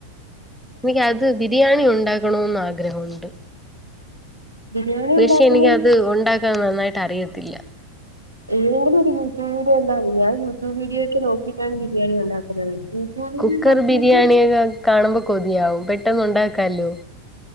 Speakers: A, in the centre; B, on the right (about 85°).
A: എനിക്ക് അത് ബിരിയാണി ഉണ്ടാക്കണോന്ന് ആഗ്രഹമുണ്ട്
B: ബിരിയാണി
A: പക്ഷെ
B: ഉണ്ടാക്കുന്ന
A: എനിക്ക അത് ഉണ്ടാക്കാൻ നന്നായിട്ട് അറിയത്തില്ല
B: ഏതെങ്കിലും ഒരു യൂട്യൂബ വീഡിയോ എന്താവ ഞാൻ യൂട്യൂബ് വീഡിയോ ഒക്കെ നോക്കിയിട്ടാണ് ബിരിയാണി ഉണ്ടാക്കുന്നത് യൂട്യൂബ് വീഡിയോ
A: കുക്കർ
B: നോക്കിയിട്ട്
A: ബിരിയാണിയക്കെ കാണുമ്പോ കൊതിയാവും പെട്ടന്ന് ഉണ്ടാക്കല്ലോ